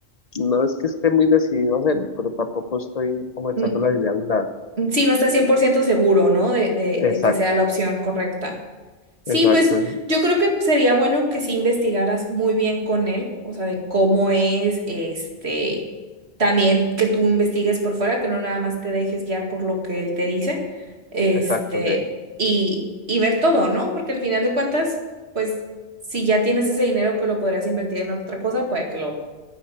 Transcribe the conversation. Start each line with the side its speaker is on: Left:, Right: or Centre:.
Left: no es que esté muy decidido a hacerlo, pero tampoco estoy como echando
Right: Mm,
Left: la idea a un lado.
Right: mm, Sí, no estás 100% seguro, ¿no? De, de, de
Left: Exacto,
Right: que sea la opción correcta. Sí,
Left: exacto,
Right: pues
Left: es-
Right: yo creo que sería bueno que sí investigaras muy bien con él, o sea, de cómo es, este, también que tú investigues por fuera, que no nada más te dejes guiar por lo que él te dice, este,
Left: exacto, sí,
Right: y, y ver todo, ¿no? Porque al final de cuentas, pues si ya tienes ese dinero que lo podrías invertir en otra cosa, puede que lo,